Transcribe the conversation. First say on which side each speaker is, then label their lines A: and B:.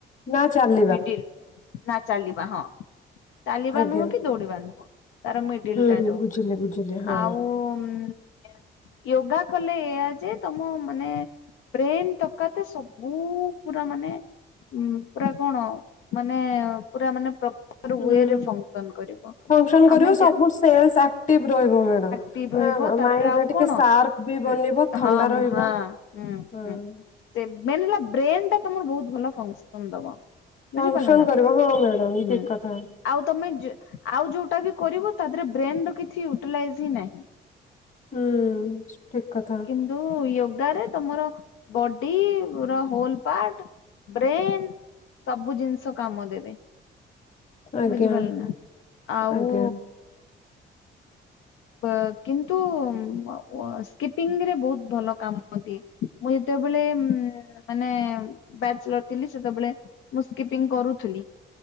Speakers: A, on the left; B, on the left.
A: ନା ଚାଲ
B: ମିଡିଲ୍ ନା ଚାଲିବା। ହଁ, ଚାଲିବା
A: ଆଜ୍ଞା
B: ନୁହଁ କି ଦୌଡିବା ନୁହଁ। ତାର ମିଡିଲ୍
A: ହୁଁ
B: ଟା
A: ହୁଁ
B: ଯୋଉ
A: ବୁଝିଲେ ବୁଝିଲେ ହଁ।
B: ଆଉ ଉଁ ୟୋଗା କଲେ ଏଇଆ ଯେ ତମ ମାନେ। ବ୍ରେନ୍ ତକାତେ ସବୁ ପୁରା ମାନେ ଉଁ। ପୁରା କଣ ମାନେ ପୁରା ମାନେ ପ୍ର ପର
A: ହୁଁ
B: ୱରେ ଫଙ୍ଗସନ କରିବ
A: ଫଙ୍କସନ କରିବ
B: ଆମେ
A: ସବୁ
B: ଯା
A: ସେଲ୍ସ ଆକ୍ଟିଭ ରହିବ ମ୍ୟାଡାମ।
B: ଆକ୍ଟିଭ
A: ମାନେ
B: ରହିବ ତାପରେ
A: ମାଇଣ୍ଡ
B: ଆଉ
A: ଟା ଟିକେ
B: କଣ?
A: ସାର୍ପ ବି ବନିବ
B: ଉଁ,
A: ଥଣ୍ଡା
B: ହଁ,
A: ରହିବ
B: ହଁ, ହୁଁ,
A: ହଁ।
B: ଉଁ। ଯେ ମେନ୍ ହେଲା ବ୍ରେନ୍ ଟା ତମର ବହୁତ୍ ଭଲ ଫଙ୍ଗସନ୍ ଦବ। ବୁଝିପାରିଲ
A: ଫଙ୍କସନ୍
B: ନା
A: କରିବ ହଁ ମ୍ୟାଡାମ୍
B: ହୁଁ
A: ଠିକ କଥା।
B: ଆଉ ତମେ ଯେ ଆଉ ଯୋଉଟା ବି କରିବ ତା ଧିଏରେ ବ୍ରେନ ର କିଛି ୟୁଟିଲାଇଜ ହିଁ ନାହିଁ।
A: ହୁଁ ଠିକ୍ କଥା।
B: କିନ୍ତୁ ୟୋଗା ରେ ତମର ବଡି ର ହୋଲ୍ ପାର୍ଟ। ବ୍ରେନ୍ ସବୁ ଜିନିଷ କାମ ଦେବେ।
A: ଆଜ୍ଞା
B: ବୁଝିପାଲୁ ନା ଆଉ।
A: ଆଜ୍ଞା
B: ବ‌ କିନ୍ତୁ ୱ ସ୍କିପିଙ୍ଗ ରେ ବହୁତ୍ ଭଲ କାମ ଦିଏ। ମୁଁ ଯେତେବେଳେ ଉଁ ମାନେ ବ୍ୟାଚଲର୍ ଥିଲି ସେତେବେଳେ। ମୁଁ ସ୍କିପିଙ୍ଗ୍ କରୁଥିଲି